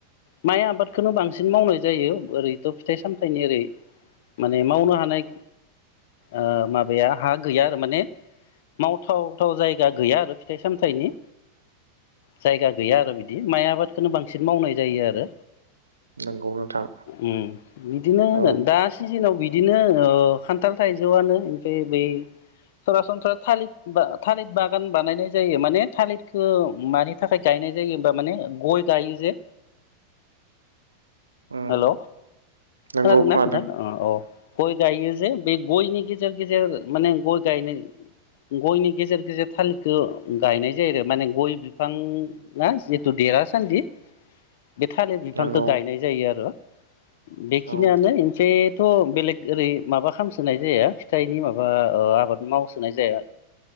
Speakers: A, on the left; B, on the right.
A: माइ आबादखौनो बांसिन मावनाय जायो ओरैथ फिथाइ सामथाइनि ओरै माने मावनो हानाय ओ माबाया हा गैया आरो माने मावथावथाव जायगा गैया आरो फिथाइ सामथाइनि जायगा गैया आरो बिदि माइ आबादखौो बांसिन मावनाय जायो आरो
B: नंगौ नोंथां
A: उम बिदिनो होगोन
B: औ
A: दा सिजोनाव बिदि बिदिनो ओ खान्थाल थाइजौआनो ओमफ्राय बै सरा थालिर थालिर बागान बानायनाय जायो माने थालिरखौ मानि थाखाय गायनाय जायोबा माने गय गायो जे
B: उम
A: हेल'
B: नंगौ
A: खोनादोंना
B: खोनादों
A: नोंथां अ औ गय गायो जे बे गयनि गेजेर गेजेर माने गय गायनाय गयनि गेजेर गेजेर थालिरखौ गायनाय जायो आरो माने गय बिफाङआ जिथु देरासान्दि बे थालिर बिफांखौ
B: नंगौ
A: गायनाय जायो आरो बेखिनियानसै
B: औ
A: इनफाय थ' बेलेग ओरै माबा खालामसोनाय जाया फिथाइनि माबा ओ आबाद मावस साय जाया